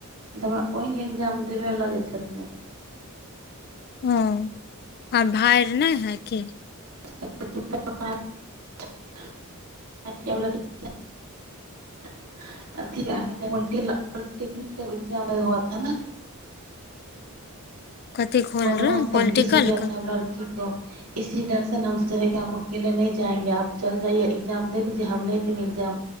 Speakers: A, on the right; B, on the left.
A: तऽ हमरा ओहि न एग्जाम दिलबय लऽ जाइ छथिन।
B: ओ आ भाय नहि है की?
A: <unintelligible> <unintelligible>
B: कथी खोल
A: बदमा
B: रहे
A: सब
B: पोलिटिकल
A: घीच लिया
B: क
A: था लड़की को इसी डर से हमलेे हम अकेले नहि जाएंगे आप चल जाइयए एग्जाम दे लीजे हम नहि देंगे एग्जाम